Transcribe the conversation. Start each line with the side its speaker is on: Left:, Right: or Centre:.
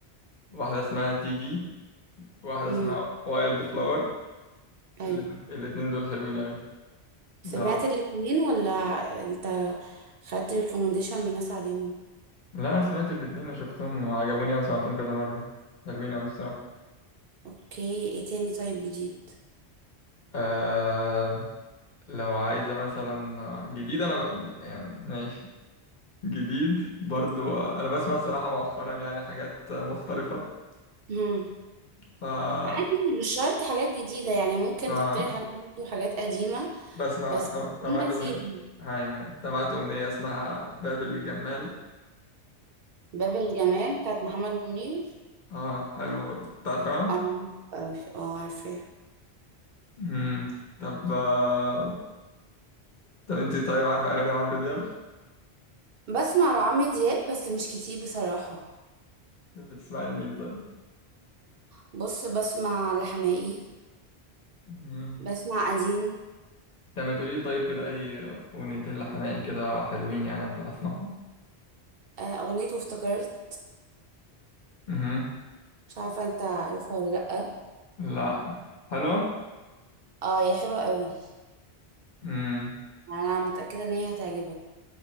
Left: واحدة اسمها تي في واحدة
Right: امم
Left: اسمها وايلد فلاور
Right: ايوه
Left: الاتنين الاتنين دول حلوين أوي
Right: سمعت
Left: لا
Right: الاتنين ولا انت خدت ريكومنديشن من الناس عليهم
Left: لا أنا سمعت الاتنين أنا شفتهم وعجبوني أوي سمعتهم كذا مرة حلوين أوي الصراحة
Right: اوكي ايه تاني طيب جديد
Left: آه لو عايزة مثلا جديد أنا ب... يعني ماشي جديد برضو أنا بسمع الصراحة مؤخرا يعني حاجات مختلفة
Right: امم
Left: ف
Right: عادي مش شرط حاجات جديده يعني ممكن
Left: آه
Right: تقترح عليا برضه حاجات قديمه
Left: بسمع
Right: بس تكون
Left: سم- سمعت
Right: لذيذه
Left: أغنية أيوة أيوة. سمعت أغنية اسمها باب الجمال
Right: باب الجمال بتاعت محمد منير
Left: آه حلوة برضو أنت عارفها؟
Right: اه أوي. اه عارفاه
Left: مم. طب آه، طب أنت طيب عارفة أغاني عمرو دياب؟
Right: بسمع لعمرو دياب بس مش كتير بصراحة
Left: طب بتسمعي لمين طيب؟
Right: بص بسمع لحماقي
Left: مم.
Right: بسمع قديم
Left: طب ما تقولي لي طيب كده أي أغنيتين لحماقي كده حلوين يعني أبقى أسمعهم
Right: آه، أغنيته افتكرت
Left: مهم.
Right: مش عارفة انت عارفها ولا لأ
Left: لا حلوة
Right: اه هي حلوة قوي
Left: امم
Right: أنا متأكدة إن هي هتعجبك